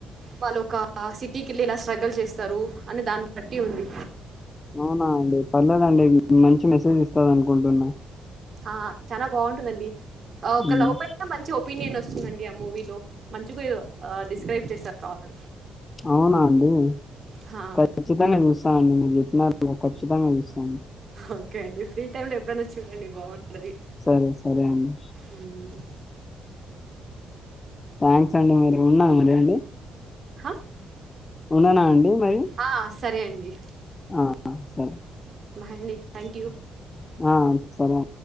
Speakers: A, on the right; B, on the left.
A: వాళ్ళుొ ఒక సిటీకి వెళ్ళి ఇలా స్ట్రగల్ చేస్తారు. అని దాన్ని బట్టి ఉంది.
B: అవునా అండి పర్లేదండి మంచి మెసేజ్ ఇస్తంది అనుకుంటున్నాను.
A: ఆ చాలా బాగుంటుందండి ఒక
B: ఉమ్,
A: లోప మంచి. ఒపీనియన్ వస్తుందండి ఆ మూవీలో మంచిగా డిస్క్రైబ్ చేస్తారు కాదు.
B: అవునా అండి
A: హా
B: ఖచ్చితంగా చూస్తాండి మీరు చెప్పిన. ఖచ్చితంగా చూస్తా అండి.
A: ఓకే అండి ఫ్రీ టైమ్ లో ఎప్పుడైనా చూడండి బాగుందిది
B: సరే సరే అండి
A: అ
B: థ్యాంక్స్ అండి మీరి ఉన్నా మరండి.
A: హా.
B: ఉండనా అండి మరి
A: ఆ సరే అండి.
B: ఆ సరే.
A: మాయనే థ్యాంక్ యూ.
B: ఆ సరే.